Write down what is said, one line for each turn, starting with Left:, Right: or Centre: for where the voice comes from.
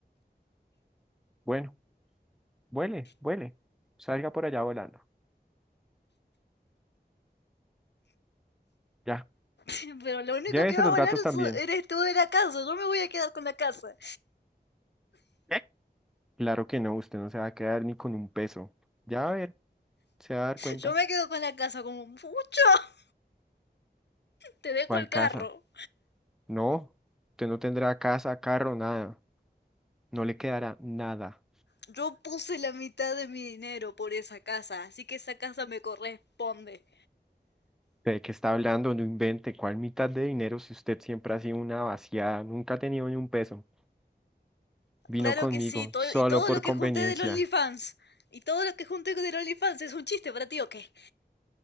Centre: Bueno, vuele, vuele. Salga por allá volando. Ya.
Left: <laughs> Pero lo único
Centre: Llévese
Left: que va
Centre: los
Left: a volar
Centre: gatos también.
Left: so- eres tú de la casa. Yo me voy a quedar con la casa.
Centre: ¿Eh? Claro que no, usted no se va a quedar ni con un peso. Ya va a ver, se va a dar cuenta.
Left: Yo me quedo con la casa como mucho. <laughs> Te dejo
Centre: ¿Cuál
Left: el
Centre: casa?
Left: carro.
Centre: No, usted no tendrá casa, carro, nada. No le quedará nada.
Left: Yo puse la mitad de mi dinero por esa casa, así que esa casa me corresponde.
Centre: ¿De qué está hablando? No invente. ¿Cuál mitad de dinero si usted siempre ha sido una vaciada? Nunca ha tenido ni un peso. Vino
Left: Claro
Centre: conmigo,
Left: que sí, todo,
Centre: solo
Left: y todo
Centre: por
Left: lo
Centre: conveniencia.
Left: que junté del OnlyFans. Y todo lo que junté del OnlyFans es un chiste para ti, ¿o qué?